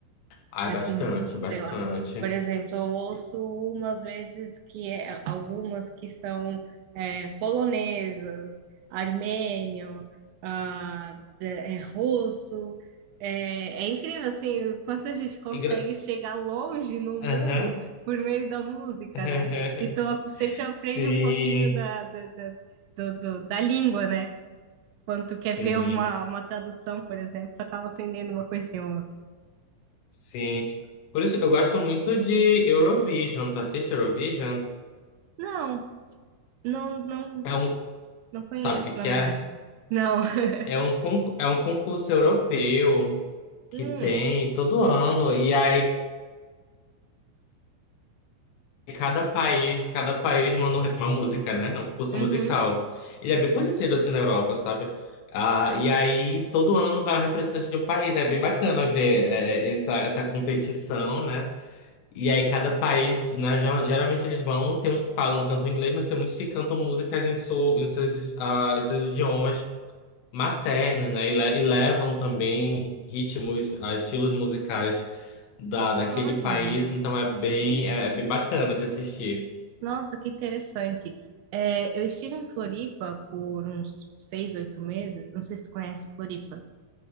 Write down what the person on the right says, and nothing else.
Assim,
sei
lá. Por exemplo, eu ouço
umas vezes que é, algumas que são é, polonesas, armênio, ah, de- é, russo. É, é incrível, assim, o quanto a gente consegue
chegar longe no mundo
por meio da música,
né? Então, sempre aprende
um pouquinho da, da, da, do- do- da língua, né? Quando tu
quer ver uma, uma tradução, por exemplo, tu acaba aprendendo uma coisinha ou outra.
Não, não, não,
Não conheço,
na verdade.
Não. <laughs>
Hum,
uhum.
Olha,
nossa, que interessante. É, eu estive em Floripa por uns seis, oito meses. Não sei se tu conhece Floripa,